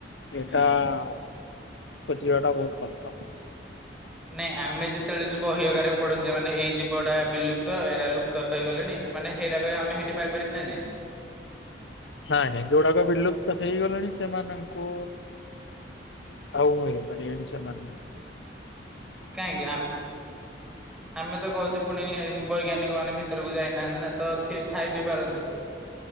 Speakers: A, on the left; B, in the centre.
A: ସେଟା
B: ହୁଁ।
A: ଖୋଜିବା ଟା ବହୁତ କଷ୍ଟ।
B: ନାଇଁ ଆମେ ଯେତେବେଳେ ଯୋଉ ବହି ଆଗାରେ ପଢୁଛେ ମାନେ ଏଇ ଜୀବଟା ବିଲୁପ୍ତ ଏଇଟା ଲୁପ୍ତ ହେଇଗଲା ମାନେ ହେଇରାକ ଆମେ ସେଇଠି ପାଇପାରିନ ନାଇଁ।
A: ନାଇଁ ନାଇଁ ଯୋଉଡାକ ବିଲୁପ୍ତ ହେଇଗଲେଣି ସେମାନଙ୍କୁ ଆଉ ମିଳି ପାରିବେନି ସେମାନଙ୍କୁ।
B: କାହିଁକି, ଆମେ ତ କହୁଛୁ ପୁଣି ବୈଜ୍ଞାନିକ ମାନେ ଭି ଭିତରକୁ ଯାଇନାହାନ୍ତି ନା ତ ଥାଇ ବି ପାରନ୍ତି